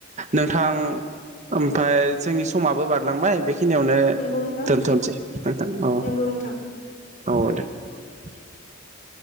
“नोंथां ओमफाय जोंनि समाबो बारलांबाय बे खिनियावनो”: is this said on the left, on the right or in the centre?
Right